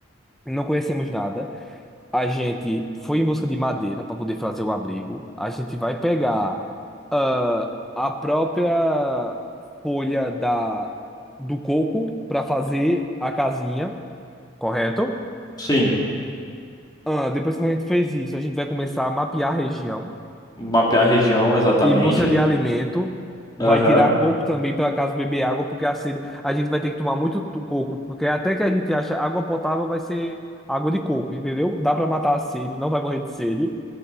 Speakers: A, in the centre; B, on the left (about 20°).
A: não conhecemos nada. A gente foi em busca de madeira para poder fazer o abrigo. A gente vai pegar ah, a própria folha da, do coco para fazer a casinha, correto?
B: Sim,
A: Ah, depois que a gente fez isso, a gente vai começar a mapear a região
B: mapear a região exatamente.
A: em busca de alimento. Vai
B: Aham.
A: tirar coco também para caso beber água, porque a sede, a gente vai ter que tomar muito tu- coco, porque até que a gente acha água potável vai ser água de coco, entendeu? Dá para matar a sede, não vai morrer de sede.